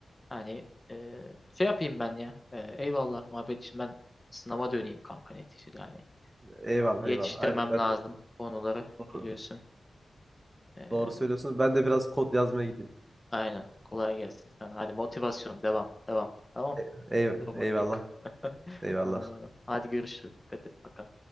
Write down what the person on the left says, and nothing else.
Hani e, şey yapayım ben ya. E, eyvallah muhabbet için ben sınava döneyim kanka neticede. Hani
yetiştirmem
lazım
konuları
biliyorsun. E,
aynen kolay gelsin sana. Hadi motivasyon devam devam. Tamam
durmak
yok. <laughs>
Tamam agam. Hadi görüşürüz. Dikkat et bakalım.